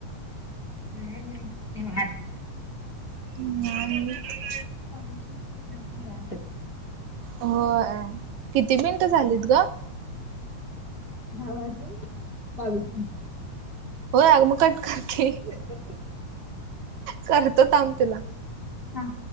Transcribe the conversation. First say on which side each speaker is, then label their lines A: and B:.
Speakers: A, on the left (about 20°); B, on the right (about 75°).
A: ह
B: ह्
A: कॉलेज निवांत
B: हो किती मिनिटं झालीत ग
A: दहा वाजून बावीस मिनटात
B: हो अग मग कट करक
A: ह
B: करतोत थांब तुला
A: ह